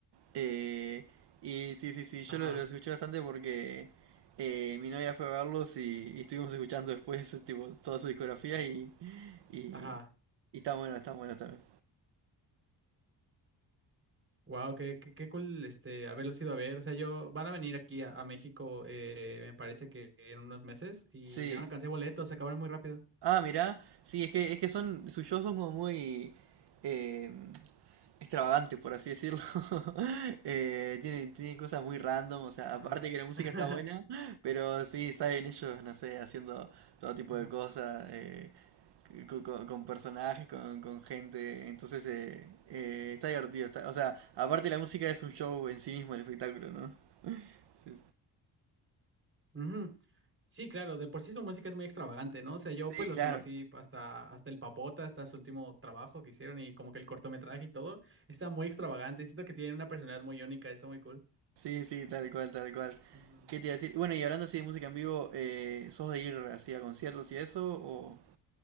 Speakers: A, on the right (about 65°); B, on the right (about 30°).
A: Eh, y sí, sí, sí, yo
B: Ajá,
A: lo- los escuché bastante porque eh, mi novia fue a verlos y, y estuvimos escuchando después <laughs> tipo, toda su discografía y, y,
B: ajá.
A: y está bueno, está bueno también.
B: Wow, qué, qué, qué cool este haberlos ido a ver. O sea, yo van a venir aquí a, a México, eh, me parece que en unos meses, y
A: Sí.
B: ya no alcancé boletos, se acabaron muy rápido.
A: Ah, mira, Sí, es que, es que son, sus shows son
B: Ujú.
A: como muy... em, extravagante, por así decirlo. <laughs> Eh, tiene, tiene cosas muy random, o sea,
B: Ajá.
A: aparte que la música
B: <laughs>
A: está buena, pero sí, saben ellos, no sé, haciendo todo tipo
B: Ajá.
A: de cosas, eh, co- co- con, personajes, con, con gente, entonces eh, eh, está divertido. está- o sea, aparte la música es un show en sí mismo, el espectáculo, ¿no? Sí,
B: Ujú. Sí, claro, de por sí su música es muy extravagante, ¿no? O sea, yo
A: sí,
B: pues los
A: claro,
B: conocí hasta, hasta el Papota, hasta su último trabajo que hicieron y como que el cortometraje y todo, está muy extravagante, siento que tienen una personalidad muy única, está muy cool.
A: sí, sí, tal cual, tal cual.
B: Ujú.
A: ¿Qué te iba a decir? Bueno, y hablando así de música en vivo, eh, ¿sos de ir así a conciertos y eso? O...